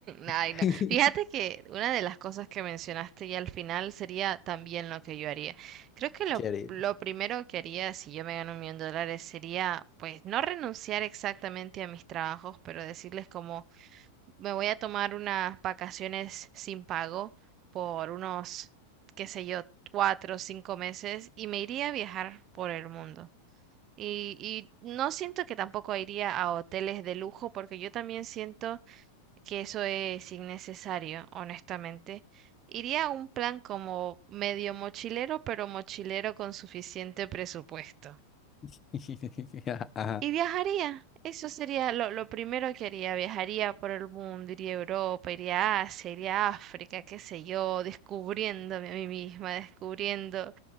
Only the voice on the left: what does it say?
<laughs>
¿Qué harías?
<laughs> Ajá.